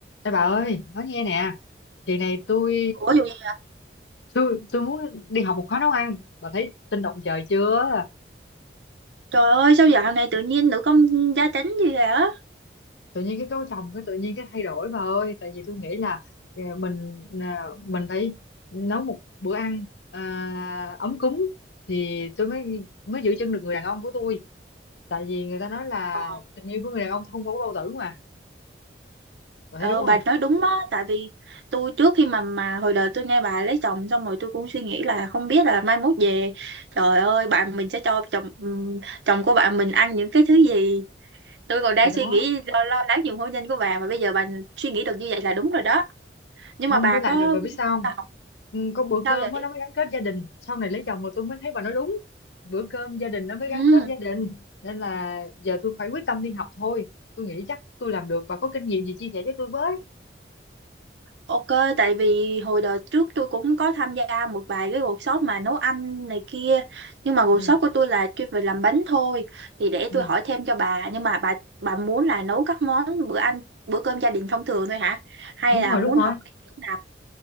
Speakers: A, on the left; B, on the right.
A: Ê bà ơi, nói nghe nè, kỳ này tôi
B: Ủa dù gì?
A: tôi tôi muốn đi học một khóa nấu ăn, bà thấy tinh động trời chưa?
B: Trời ơi sao dạo này tự nhiên nữ công gia chánh gì vậy á?
A: Tự nhiên cái cấu chồng cái tự nhiên cái thay đổi bà ơi, tại vì tôi nghĩ là ờ, mình à, mình phải nấu một bữa ăn à, ấm cúng thì tôi mới mới giữ chân được người đàn ông của tôi, tại vì người ta nói là
B: Ờ,
A: tình yêu của người đàn ông thông qua cái bao tử mà, bà
B: ờ,
A: thấy đúng
B: bà
A: không?
B: nói đúng đó, tại vì tôi trước khi mà mà hồi đời tôi nghe bà lấy chồng xong rồi tôi cũng suy nghĩ là không biết là mai mốt về trời ơi bạn mình sẽ cho chồng ừm, chồng của bạn mình ăn những cái thứ gì. Tôi còn đang
A: Thì đó
B: suy nghĩ lo lo lắng nhiều hôn nhân của bà mà bây giờ bà suy nghĩ được như vậy là đúng rồi đó. Nhưng
A: không
B: mà bà
A: với
B: có
A: lại là bà biết sao không
B: là học
A: ừ, có bữa
B: sao
A: cơm
B: vậy?
A: á, nó mới gắn kết gia đình sau này lấy chồng mà tôi mới thấy bà nói đúng bữa cơm gia đình nó mới
B: Ừ.
A: gắn kết gia đình nên là giờ tôi phải quyết tâm đi học thôi tôi nghĩ chắc tôi làm được và có kinh nghiệm gì chia sẻ với tôi với
B: Ok, tại vì hồi đợt trước tôi cũng có tham gia một vài cái workshop mà nấu ăn này kia Nhưng mà workshop
A: ừ
B: của tôi là chuyên về làm bánh thôi Thì để
A: ừ
B: tôi hỏi thêm cho bà Nhưng mà bà bà muốn là nấu các món bữa ăn, bữa cơm gia đình thông thường thôi hả? Hay
A: đúng
B: là
A: rồi
B: muốn
A: đúng rồi
B: học cái kiểu nào?